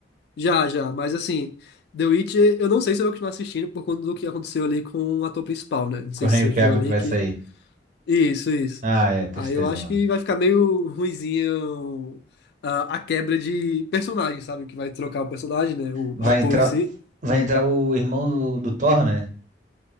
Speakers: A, on the left; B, on the right.
A: Já, já, mas assim, The Witcher, eu não sei se eu vou continuar assistindo por conta do que aconteceu ali com o ator principal, né? Não sei
B: Com o Henry
A: se você viu
B: Cavill
A: ali
B: que vai
A: que.
B: sair.
A: Isso, isso.
B: Ah, é, tristeza,
A: Aí eu acho
B: mano.
A: que vai ficar meio ruinzinho a, a quebra de personagem, sabe? Que vai trocar o personagem, né? O
B: Vai
A: ator
B: entrar,
A: em si.
B: vai entrar o irmão do, do Thor, né?